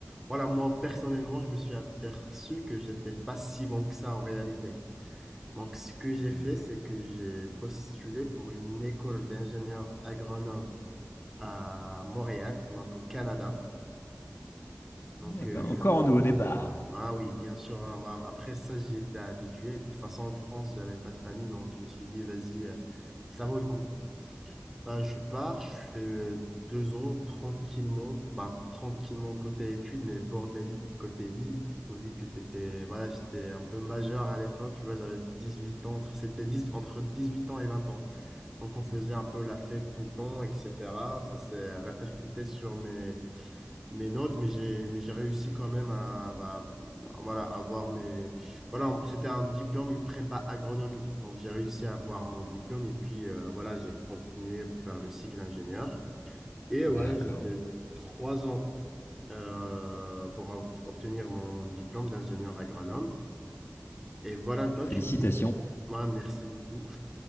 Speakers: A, in the centre; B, on the left (about 50°).
A: Voilà, moi, personnellement, je me suis aperçu que j'étais pas si bon que ça en réalité. Donc, ce que j'ai
B: Mmh.
A: fait, c'est que j'ai postulé pour une école d'ingénieurs agronomes à Montréal, donc au Canada. Donc,
B: Eh
A: euh,
B: ben,
A: je
B: encore
A: suis...
B: un nouveau départ.
A: Ah oui, bien sûr. hein, moi, après ça, j'y étais habitué. De toute façon, en France, j'avais pas de famille, donc je me suis dit, vas-y, euh, ça vaut le coup. Bah, je pars, je fais euh, deux ans tranquillement, bah, tranquillement côté études, mais bordélique côté vie. qu'au- Vu que t'étais, voilà, j'étais un peu majeur à l'époque, tu vois, j'avais dix huit ans, entre- c'était 10 entre huit ans et 20 ans. Donc, on faisait
B: Mmh.
A: un peu la fête tout le temps, etc. Ça s'est répercuté sur mes, mes notes, mais j'ai, mais j'ai réussi quand même à, bah, voilà, avoir mes... Voilà, on- c'était un diplôme, une prépa agronomique. Donc, j'ai réussi à avoir mon diplôme et puis, euh, voilà, j'ai continué vers le cycle ingénieur. Et voilà,
B: D'accord.
A: j'ai fait trois ans euh, pour ob- obtenir mon diplôme d'ingénieur agronome. Et voilà, toi,
B: Félicitations.
A: tu me dis... Ouais, merci beaucoup.